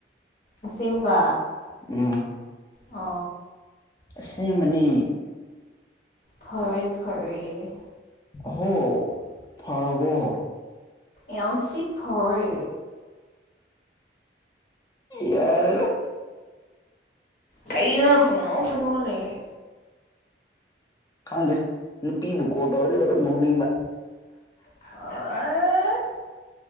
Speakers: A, on the left; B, on the left.
A: ꯑꯁꯦꯡꯕ
B: ꯎꯝ
A: ꯑ
B: ꯏꯁꯂꯤꯃꯅꯤ
A: ꯐꯔꯦ ꯐꯔꯦ
B: ꯍ ꯐꯔꯒꯣ ꯍ
A: ꯑꯦꯎꯟꯁꯤꯤ ꯐꯔ
B: ꯌꯥꯔꯦꯅꯦ
A: ꯀꯩꯄꯉꯅꯣ ꯆꯅꯣ ꯂꯩꯦ
B: ꯈꯪꯗꯦ ꯅꯨꯄꯤꯕꯨ ꯀꯣꯜ ꯇꯧꯔꯗꯤ ꯑꯗꯨꯝ ꯅꯣꯡꯅꯤꯡꯕ
A: ꯑꯣ